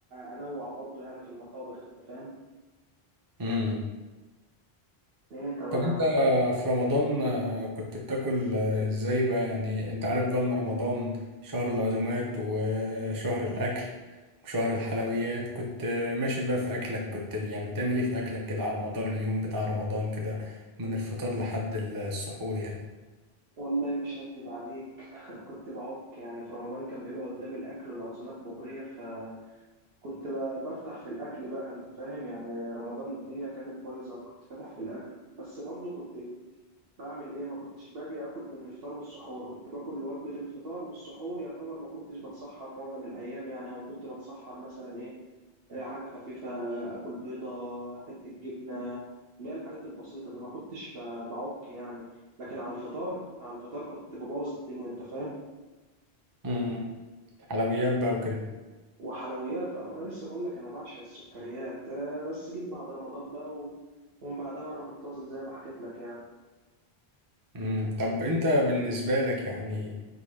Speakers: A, on the right; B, on the right.
A: أنوع برضو يعني في المطابخ أنت فاهم
B: مم.
A: إيه أنت ما
B: طب انت
A: ما-
B: في رمضان آه، كنت بتاكل آه، ازاي بقى يعني انت عارف بقى ان رمضان شهر العزومات وشهر الاكل وشهر الحلويات كنت آه، ماشي بقى في اكلك كنت يعني بتعمل ايه في اكلك كده على مدار اليوم بتاع رمضان كده من الفطار لحد السحور يعني
A: والله مش هكدب عليك <laughs> كنت بعك يعني في رمضان كان بيبقى قدامي الأكل والعزومات مغرية فكنت ب- بفتح في الأكل بقى أنت فاهم يعني رمضان الدنيا كانت بايظة كنت فاتح في الأكل بس برضو كنت بعمل ايه ما كنتش باجي اكل من الفطار والسحور كنت باكل وجبة الفطار والسحور يعتبر ما كنتش بتسحر معظم الايام يعني او كنت بتسحر مثلا ايه آه، حاجة خفيفة اكل بيضة حتة جبنة اللي هي الحاجات البسيطة دي ما كنتش ب- بعك يعني لكن على الفطار على الفطار كنت ببوظ الدنيا انت فاهم
B: امم حلويات بقى وكده
A: وحلويات آه، انا لسه بقول لك انا بعشق السكريات آه، بس جيت بعد رمضان بقى و... ومن بعدها وانا منتظم زي ما حكيت لك يعني
B: امم طب انت بالنسبة لك يعني